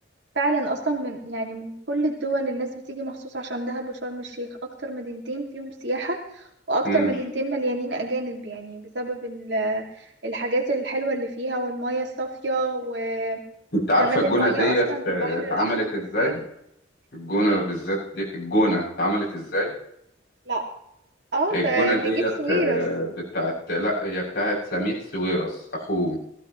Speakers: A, on the right (about 70°); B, on the left (about 60°).
A: فعلا اصلا من يعني من كل الدول الناس بتيجي مخصوص عشان دهب وشرم الشيخ اكتر مدينتين فيهم سياحه واكتر
B: مم.
A: مدينتين مليانين اجانب يعني بسبب ال- الحاجات الحلوه اللي فيها والميه الصافيه و...
B: أنت
A: وجمال
B: عارفة الجونة
A: الميه
B: ديت
A: اصلا البحر
B: آه، اتعملت
A: الاحمر بالذات
B: إزاي؟ الجونة
A: ايه
B: بالذات دي الجونة اتعملت إزاي؟
A: لا اه
B: الجونة
A: تا-
B: ديت
A: نجيب سويرس
B: آه، بتاعت لا هي بتاعت سميح سويرس أخوه